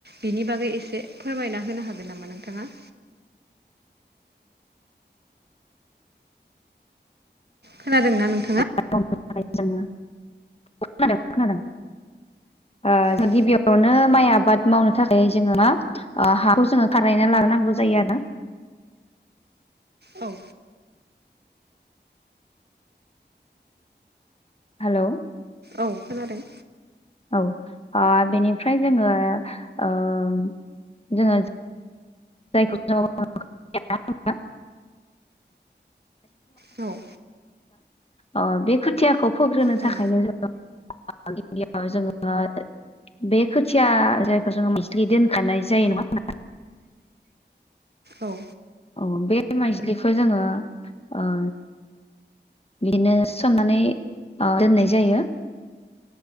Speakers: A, on the right; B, on the left.
A: बिनि बागै एसे फोरमायना होनो हागोन नामा नोंथाङा? खोनादों नों
B: <unintelligible> जोङो खोनादों खोनादों ओ जों
A: औ
B: गिबियाव बेयावनो माइ आबाद मावनो थाखाय जोङो मा ओ हाखौ जोङो खारायना लाग्रोनांगौ जायो आरो ना
A: औ
B: हेलौ
A: औ खोनादों
B: औ ओ बेनिफ्राय जोङो ओम जोङो <unintelligible>
A: <unintelligible> औ
B: ओ बे खोथियाखौ फोग्रोनो
A: औ
B: थाखायनो जोङो गिबियाव जोङो बे खोथिया जायखौ जोङो मिस्लि दोनखानाय जायो नङा होनबा
A: औ
B: औ बे माइज्लिखौ जोङो ओ बिदिनो सोमनानै ओ दोननाय जायो